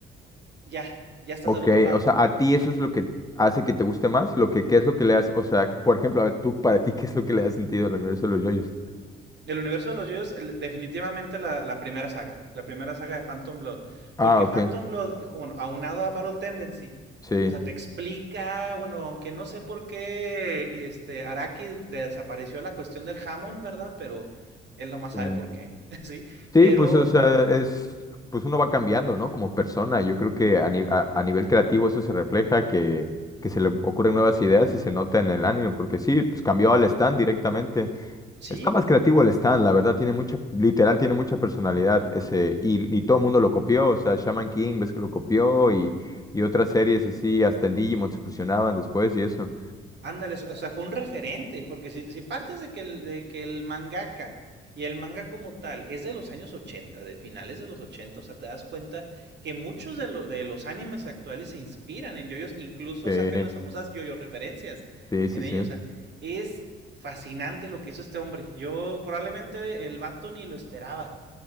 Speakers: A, on the right (about 60°); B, on the left (about 15°).
A: ya, ya estás
B: Ok,
A: del otro lado.
B: o sea, a ti eso es lo que hace que te guste más, lo que, ¿qué es lo que le hace? O sea, por ejemplo, a ver, tú, para ti, ¿qué es lo que le ha sentido al universo de los yoyos?
A: El universo de los yoyos, definitivamente la, la primera saga, la primera saga de Phantom Blood.
B: Ah,
A: Porque
B: ok.
A: Phantom Blood, bueno, aunado a Battle Tendency,
B: Sí.
A: o sea, te explica, bueno, aunque no sé por qué y este, Araki desapareció la cuestión del jamón, ¿verdad? Pero él nomás
B: Sí,
A: sabe por qué, <laughs> ¿sí?
B: Sí,
A: Pero
B: pues o sea, es, pues uno va cambiando, ¿no? Como persona. Yo creo que a, ni- a- a nivel creativo eso se refleja, que, que se le ocurren nuevas ideas y se nota en el ánimo, porque sí, pues cambió al Stan directamente.
A: sí,
B: Está más creativo el Stan, la verdad, tiene mucha, literal, tiene mucha personalidad ese, y, y todo el mundo lo copió, o sea, Shaman King, ves que lo copió, y, y otras series así, hasta en Digimon se fusionaban después y eso.
A: Ándale, o sea, fue un referente, porque si, si partes de que el, de que el mangaka y el manga como tal es de los años ochenta de finales de los ochenta o sea, te das cuenta que muchos de, lo- de los animes actuales se inspiran en yoyos, incluso
B: Sí,
A: sacan las famosas yoyo referencias
B: sí, sí,
A: en ellos,
B: sí.
A: o sea, es fascinante lo que hizo este hombre. Yo probablemente el vato ni lo esperaba,